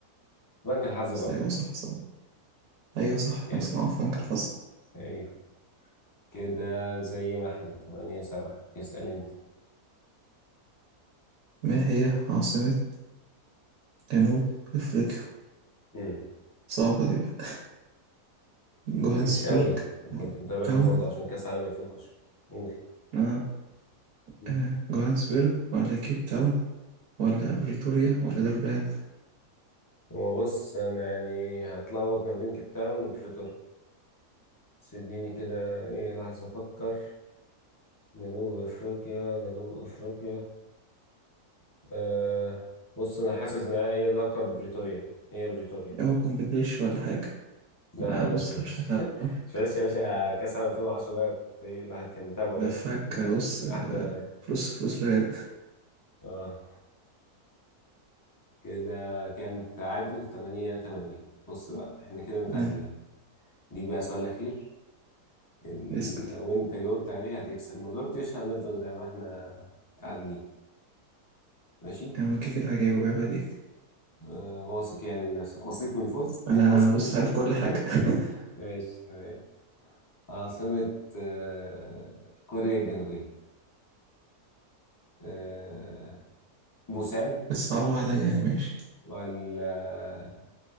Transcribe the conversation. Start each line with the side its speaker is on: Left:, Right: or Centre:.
Left: بنك الحظ
Right: بس
Left: برضه
Right: أيوة صح صح أيوة صح
Left: كده
Right: كان اسمها فرانك
Left: <laughs>
Right: الحظ
Left: أيوه كده زي ما احنا تمانية سبعة اسأل أنت
Right: ما هي عاصمة جنوب أفريقيا
Left: مم.
Right: صعبة دي بقى جوهانسبرج
Left: مم، مش قوي أنا
Right: ولا
Left: كنت متابعهم
Right: كيب تاون
Left: برضه عشان كأس عالم 2010 قول
Right: آه.
Left: مم.
Right: آه. جوهانسبرج ولا كيب تاون ولا بريتوريا ولا دربان
Left: هو بص انا يعني هتلخبط ما بين كيب تاون وبريتوريا بس اديني كده ايه لحظة افكر جنوب افريقيا جنوب افريقيا أه بص انا حاسس انها ايه الاقرب بريتوريا هي بريتوريا
Right: هو تكون بتغش ولا حاجة
Left: لا
Right: آه
Left: لا
Right: بص
Left: مش بغش
Right: مش هسامحك
Left: <laughs> مش بغش يا باشا كاس عام 2010 ده كنت ايه الواحد كان متابعه
Right: دفعك
Left: يعني من
Right: آه، بص
Left: من احلى
Right: فلوس فلوس رهاد
Left: اه <laughs> كده كام تعادل 8 8 بص بقى احنا كده متعادلين
Right: آه.
Left: ديك بقى سؤال اخير إن
Right: اسأل
Left: لو انت جاوبت عليه هتكسب ما جاوبتش هنفضل زي ما احنا متعادلين ماشي
Right: يا عم كده كده هجاوب عيب عليك
Left: آه واثق يعني من نفسك واثق من الفوز
Right: أنا
Left: انت واثق
Right: بص
Left: من الفوز
Right: عارف كل حاجة <laughs>
Left: <laughs> ماشي تمام عاصمة آه كوريا الجنوبية آه بوسان
Right: بتصعبها عليا يعني ماشي
Left: ولا